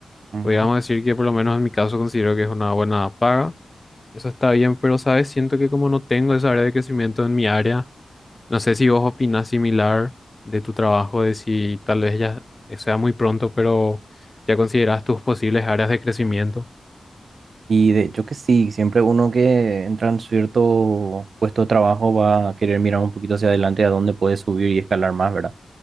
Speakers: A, on the right; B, on the left.
A: Ujú.
B: Podríamos decir que por lo menos en mi caso considero que es una buena paga. Eso está bien, pero sabes, siento que como no tengo esa área de crecimiento en mi área, No sé si vos opinás similar de tu trabajo, de si tal vez ya sea muy pronto, pero ya considerás tus posibles áreas de crecimiento.
A: Y de hecho que sí, siempre uno que entra en cierto puesto de trabajo va a querer mirar un poquito hacia adelante a dónde puede subir y escalar más, ¿verdad?